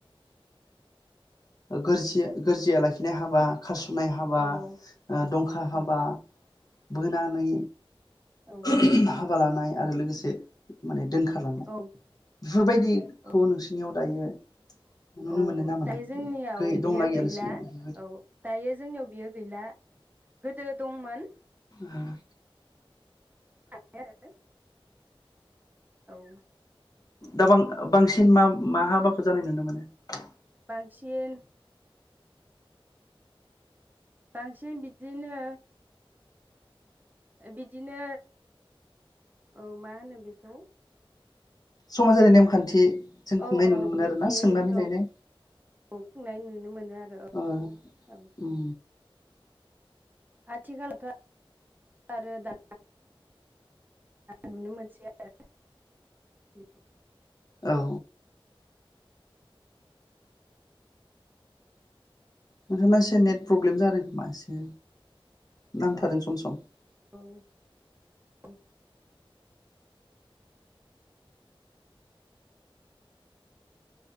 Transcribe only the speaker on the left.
गोरजि गोरजिया लाखिनाय हाबा खारसन्नाय हाबा
दंखा हाबा बोनानै
<unintelligible> हाबा लानाय आरो लोगोसे माने दोनखारलांनाय
बेफोरबायदिखौ
नोंसिरनियाव दायो। नुनो
मोनो ना मोना
गै दंना
गैया
नोंसोरनियाव बेफोरबायदि
आरो
दा बां बांसिन मा मा हाबाखौ जानाय नुनो मोनो। <unintelligible>
समाजारि नेमखान्थि जों खुंनाय
नुनो मोनो
आरोना सोंनानै लायनाय
ओ
उम
औ नोंथांना एसे नेट प्रब्लेम जादों खोमा एसे नांथार
सम सम